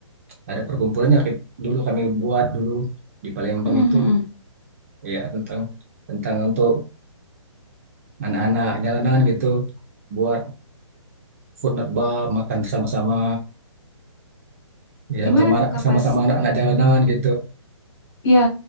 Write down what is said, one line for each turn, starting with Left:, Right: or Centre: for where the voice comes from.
Right: ada perkumpulannya ki- dulu kami buat dulu di Palembang
Left: Mm, mm,
Right: itu
Left: mm.
Right: ya tentang tentang untuk anak-anak jalanan gitu buat food not bar makan bersama-sama ya
Left: Gimana
Right: sama-sama
Left: tuh kapas?
Right: sama-sama anak-anak jalanan gitu
Left: Ya,